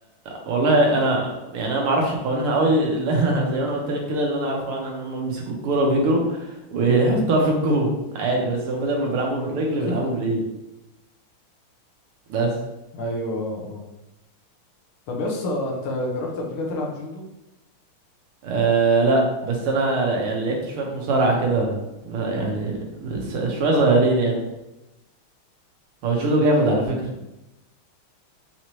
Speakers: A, on the right; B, on the left.
A: والله انا يعني انا ما اعرفش قوانينها قوي <laughs> زي ما انا قلت لك كده اللي انا اعرفه عنها ان هم بيمسكوا الكوره وبيجروا ويحطوها في الجون عادي بس هو بدل ما بيلعبوا بالرجل
B: <laughs>
A: بيلعبوا بالايد بس
B: ايوه اه اه. طب يس انت جربت قبل كده تلعب جودو
A: أه لا بس انا لا يعني لعبت شويه في مصارعه كده ما- يعني بس شويه صغيرين يعني هو الجودو جامد
B: مم.
A: على فكره